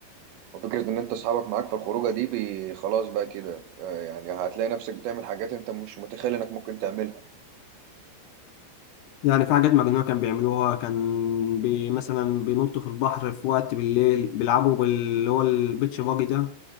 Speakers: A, on the right; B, on the left.
A: وفكرة إن أنت أصحابك معاك في الخروجة دي بي... خلاص بقى كده آه، يعني هتلاقي نفسك بتعمل حاجات أنت مش متخيل إنك ممكن تعملها
B: يعني في حاجات مجنونه كان بيعملوها كان بي مثلا بينطوا في البحر في وقت بالليل بيلعبوا باللي هو البيتش باجي ده